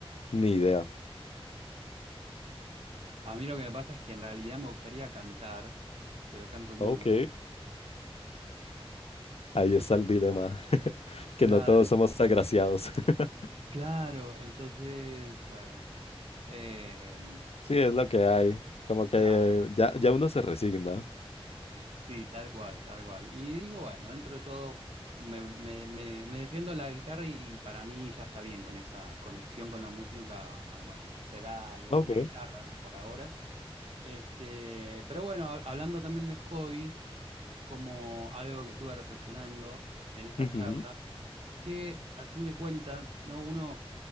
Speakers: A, on the left; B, on the right.
A: ni idea.
B: A mí lo que me pasa es que en realidad me gustaría cantar, pero canto muy
A: Ok.
B: mal.
A: Ahí
B: Entonces,
A: está el dilema, <laughs> que
B: claro,
A: no todos somos agraciados. <laughs>
B: claro, entonces, bueno, eh,
A: Sí, es lo que hay. Como que
B: claro,
A: ya, ya uno se resigna.
B: Sí, tal cual, tal cual. Y digo, bueno, dentro de todo me, me- me- me defiendo la guitarra y, para mí ya está bien con esa conexión con la música. Bueno, será la
A: Ok.
B: guitarra por ahora. Este, pero bueno, hab- hablando también de hobbies, como algo que estuve reflexionando en esta
A: Ujú.
B: charla, que al fin de cuentas, ¿no? Uno,